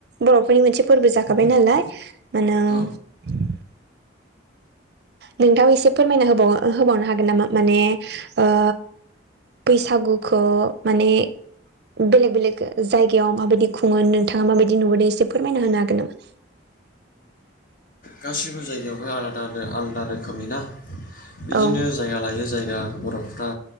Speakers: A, on the right (about 55°); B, on the left (about 45°).
A: बर'फोरनि मोनसे फोरबो जाखाबाय नालाय माने
B: औ
A: नोंथां एसे फोरमायना होबाव होबावनो हागोन नामा माने ओ बैसागुखौ माने बेलेग बेलेग जायगायाव माबायदि खुङो नोंथाङा माबायदि नुबोदों एसे फोरमायना होनो हागोन नामा
B: गासिबो जायगायावहाय आलादा आदा आलादा रोखोमै ना बिदिनो
A: औ
B: जायगा लायै जायगा बर'फ्रा